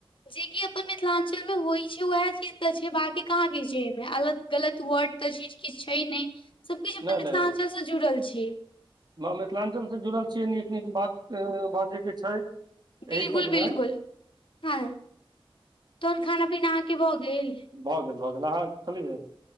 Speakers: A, on the left; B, on the right.
A: जेकि अपन मिथिलांचल में होइ छै वएह चीज तऽ छै बाकी कहाँ के छै एहिमे अलत गलत वर्ड ओतऽ चीज किछु छै नहि सभ किछु अपन
B: नहि
A: मिथिलाञ्चलसँ
B: नहि
A: जुड़ल छी
B: मिथिलाञ्चल से जुड़ल छियै नीक नीक बात बाजयके छै यही
A: बिलकुल
B: सब
A: बिलकुल
B: है
A: हँ तोन खाना पीना अहाँके भऽ गेल
B: भ गेल भ गेल अहाँ खेलिए